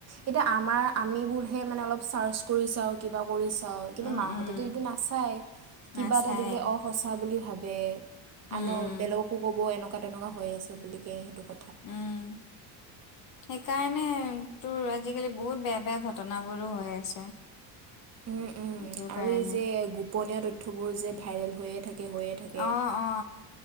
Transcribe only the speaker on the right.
এতিয়া আমাৰ আমিবোৰহে মানে অলপ চাৰ্চ কৰি চাওঁ। কিবা কৰি চাওঁ, কিন্তু
মাহতেতো
এইটো নাচাই কিবা
এটা দিলে অ সঁচা বুলি ভাবে,
আন
বেলেগকো ক'ব এনেকুৱা তেনেকুৱা হৈ আছে বুলি কে সেইটো ক
উম উম
আৰু
এই যে গোপনীয় তথ্যবোৰ যে ভাইৰেল হৈয়ে থাকে হৈয়ে থাকে,